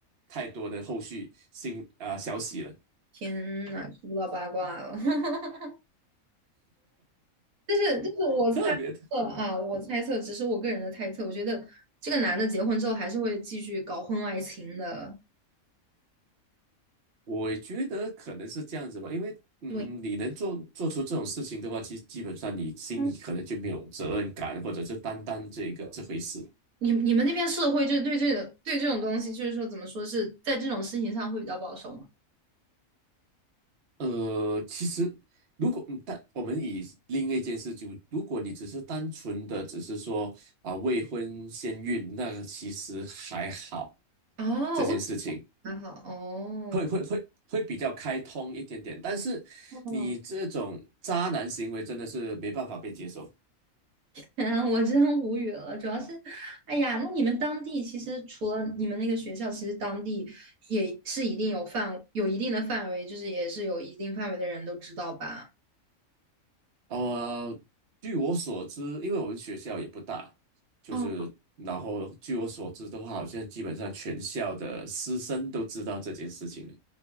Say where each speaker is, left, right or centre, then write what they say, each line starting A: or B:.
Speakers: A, on the right; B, on the right.
A: 太多的后续新啊、消息了。
B: 天呐，知不到八卦了。<laughs> 但是，就是我猜测啊，
A: <laughs> 特别
B: 我猜测，只是我个人的猜测。我觉得这个男的结婚之后还是会继续搞婚外情的。
A: 我觉得可能是这样子吧，因为嗯，
B: 对，
A: 你能做做出这种事情的话，其实基本上你心里可能就没有责任感，
B: 嗯
A: 或者是担当这个这回事。
B: 你你们那边社会就是对这个对这种东西，就是说怎么说是在这种事情上会比较保守吗？
A: 呃，其实如果嗯但我们以另一件事就，如果你只是单纯的只是说啊未婚先孕，那个其实还好，
B: 哦，
A: 这件事情
B: 还好哦
A: 会会会会比较开通一点点，但是你这种渣男行为真的是没办法被接受。
B: 哦，天啊 <laughs> 我真无语了。主要是，哎呀，那你们当地其实除了你们那个学校，其实当地也是一定有范，有一定的范围，就是也是有一定范围的人都知道吧？
A: 呃，据我所知，因为我们学校也不大，就是然后据我所知的话，
B: 哦，
A: 好像基本上全校的师生都知道这件事情了。